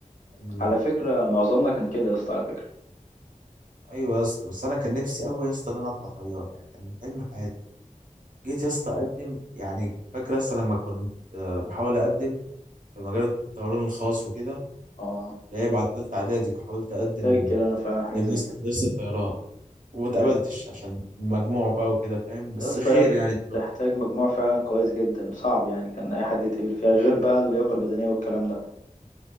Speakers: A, on the right; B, on the left.
A: كان-
B: على فكره معظمنا كان كده يا اسطى على فكره
A: ايوه يا اسطى بس انا كان نفسي قوي يا اسطى ان انا اطلع طيار يعني كان حلم حياتي جيت يا اسطى اقدم يعني فاكر يا اسطى لما كنت آه، بحاول اقدم في مجال الطيران الخاص وكده
B: اه
A: اللي هي بعد تالتة إعدادي حاولت أقدم
B: فاكر انا فعلا حاجه
A: لمدرسة
B: زي كده
A: مدرسة الطيران وما اتقبلتش
B: حلو
A: عشان المجموع بقى وكده فاهم بس
B: يا اسطى
A: خير
B: هي
A: يعني إن شاء
B: بتحتاج
A: الله.
B: مجموع فعلا كويس جدا صعب يعني كان اي حد يتقبل فيها غير بقى اللياقه البدنيه والكلام ده